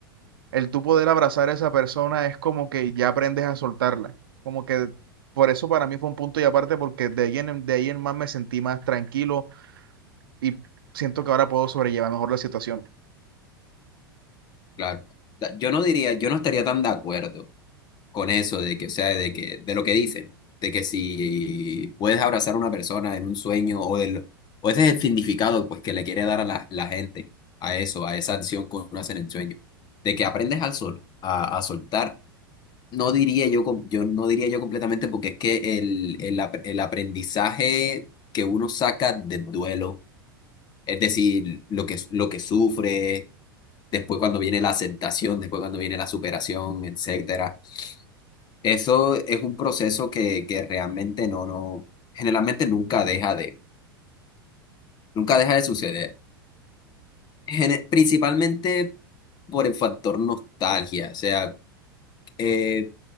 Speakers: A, on the right; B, on the left.
A: el tú poder abrazar a esa persona es como que ya aprendes a soltarla, como que por eso para mí fue un punto y aparte, porque de ahí en, de ahí en más me sentí más tranquilo y siento que ahora puedo sobrellevar mejor la situación.
B: Claro. O sea, Yo no diría, yo no estaría tan de acuerdo con eso de que, o sea, de que, de lo que dicen, de que si puedes abrazar a una persona en un sueño o del, o ese es el significado pues que le quiere dar a la, la gente a eso, a esa acción que uno hace en el sueño, de que aprendes al sol, a, a soltar. No diría yo, com- yo no diría yo completamente porque es que el, el, ap- el aprendizaje que uno saca del duelo, es decir, lo que, lo que sufre después cuando viene la aceptación, después cuando viene la superación, etcétera. Eso es un proceso que, que realmente no, no, generalmente nunca deja de, nunca deja de suceder. Gene- principalmente por el factor nostalgia, o sea, eh,